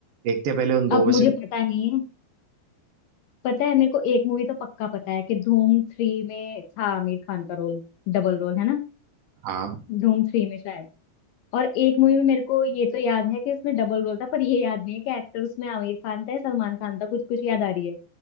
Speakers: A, on the right; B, on the left.
A: देखते हैं पहले उन दो
B: अब
A: में
B: मुझे
A: से
B: पता नहीं है पता है मेरे को एक मूवी तो पक्का पता है कि धूम थ्री में था आमिर खान का रोल डबल रोल है ना
A: हाँ
B: धूम थ्री में शायद और एक मूवी में मेरे को ये तो याद है कि उसमें डबल रोल था पर ये याद नहीं है कि एक्टर उसमें आमिर खान था या सलमान खान था कुछ कुछ याद आ रही है